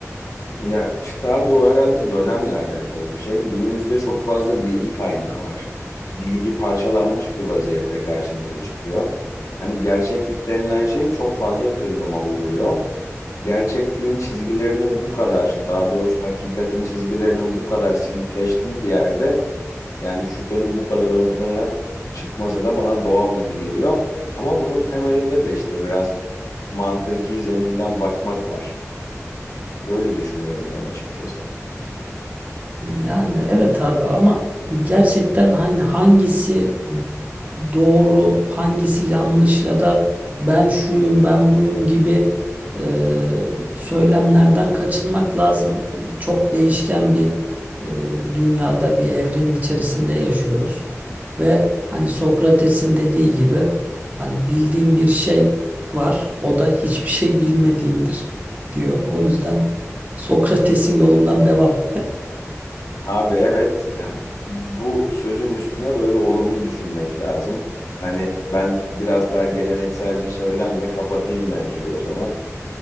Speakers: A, on the left; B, on the right.
A: Ya işte abi o herhalde dönemle alakalı bir şey. Günümüzde çok fazla bilgi kaynağı var. Bilgi parçalanmış bir vaziyette karşımıza çıkıyor. Hani gerçeklik denilen şey çok fazla kırılıma uğruyor. Gerçekliğin çizgilerinin bu kadar, daha doğrusu hakikatin çizgilerinin bu kadar silikleştiği bir yerde, yani şüphenin bu kadar ön plana çıkmasa da bana doğal gibi geliyor. Ama bunun temelinde de işte biraz mantıki zeminden bakmak var. Böyle düşünüyorum ben açıkçası.
B: Yani evet abi ama gerçekten hani hangisi doğru, hangisi yanlış ya da ben şuyum, ben buyum gibi e, söylemlerden kaçınmak lazım. Çok değişken bir e, dünyada, bir evrenin içerisinde yaşıyoruz. Ve hani Sokrates'in dediği gibi hani bildiğim bir şey var, o da hiçbir şey bilmediğimdir diyor. O yüzden Sokrates'in yolundan devam.
A: Abi evet yani bu sözün üstüne böyle olumlu düşünmek lazım. Hani ben biraz daha gelenekselci söylemle kapatayım mevzuyu o zaman.